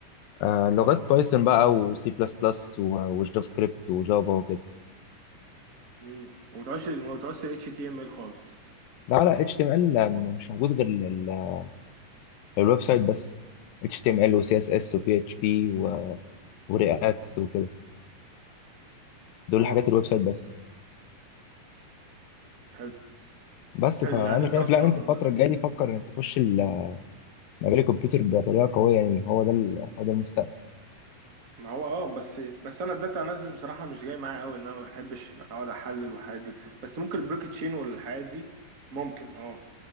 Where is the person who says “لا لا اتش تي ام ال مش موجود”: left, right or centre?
Left